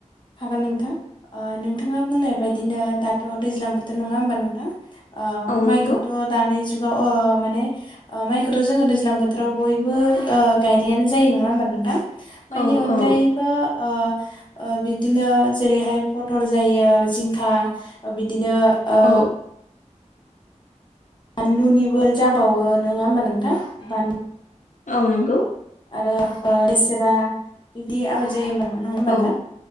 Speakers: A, on the left (about 40°); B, on the left (about 85°).
A: हागोन नोंथां ओ नोंथाङा
B: औ
A: बुंनाय बायदि बिदिनो दाथ' दैज्लां बोथोर नङा होनबा नोंथां ओ
B: औ नंगौ
A: माइखौथ' दानि जुग जुगाव ओ माने ओ माइखौथ' जोङो दैज्लां बोथोराव बयबो ओ गायनायानो जायो नङा होमबा नोंथां माइनि
B: औ
A: अनगायैबो
B: औ
A: ओ ओ बिदिनो जेरैहाय फटल जायो जिंखा बिदिनो ओ
B: औ
A: बानलुनिबो जाबावो नोङा होमबा नोंथां बानलु
B: औ नंगौ
A: आरो ओ लेस्रा बिदि आबाद जायो ओमबा
B: औ
A: <unintelligible>